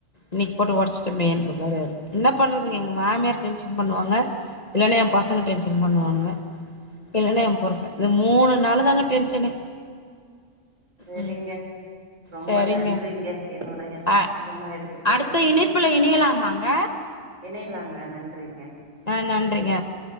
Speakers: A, on the left; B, on the right.
A: இனைக் போட்டு உடச்சுட்டமேன்றமாரி ஆயிரு என்ன பண்றதுங்க
B: ஆமா
A: எங்க மாமியாரு டென்ஷன் பண்ணுவாங்க இல்லன்னா எ பசங்க டென்ஷன் பண்ணுவானுங்க இல்லன்னா
B: சேரி
A: எ புருசே இது மூணு னால தாங்க டென்ஷனு
B: சரிங்க
A: ம்
B: ரொம்ப
A: சரிங்க
B: நன்றிங்க என்னுடைய
A: அ
B: ஃபோன எடுத்து பேசுனதுக்கு
A: அடுத்த இணைப்புல இணையலாமாங்க
B: இணையலாங்க நன்றிங்க
A: ஆ நன்றிங்க